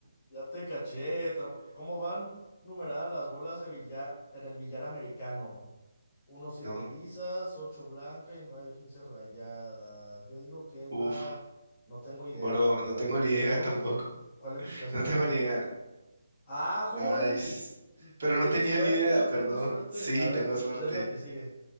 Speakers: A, on the left; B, on the right.
A: Ya te caché. tra- ¿Cómo van numeradas las bolas de billar en el billar americano? Uno, siete
B: No,
A: lisas, ocho blancas y nueve, quince rayadas. Yo digo que es
B: uff,
A: la... No tengo idea,
B: bro,
A: la verdad.
B: no tengo ni idea
A: ¿Tú
B: tampoco.
A: cuál le
B: <laughs>
A: picaste?
B: No tengo ni idea.
A: Ah, ¿cómo
B: Nice.
A: eres?
B: Pero
A: Tienes
B: no tenía
A: suerte,
B: ni idea, perdón.
A: tienes suerte.
B: Sí,
A: A ver,
B: tengo
A: le-
B: suerte.
A: lees la que sigue.